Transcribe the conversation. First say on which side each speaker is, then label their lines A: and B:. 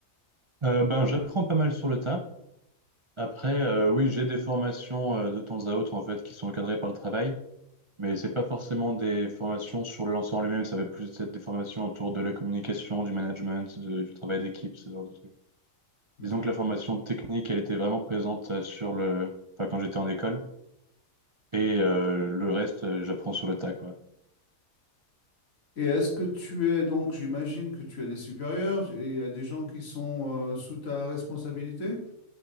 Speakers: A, on the right (about 50°); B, on the left (about 75°).
A: Euh, ben, j'apprends pas mal sur le tas. Après, euh, oui, j'ai des formations euh, de temps à autre en fait qui sont encadrées par le travail, mais c'est pas forcément des formations sur le lanceur en lui-même. Ça va plus être des formations autour de la communication, du management, de- du travail d'équipe, ce genre de trucs.
B: D'accord.
A: Disons que la formation technique, elle était vraiment présente euh, sur le, enfin, quand j'étais en école. Et euh, le reste, euh, j'apprends sur le tas, quoi.
B: Et est-ce que tu es, donc, j'imagine que tu as des supérieurs et il y a des gens qui sont euh, sous ta responsabilité?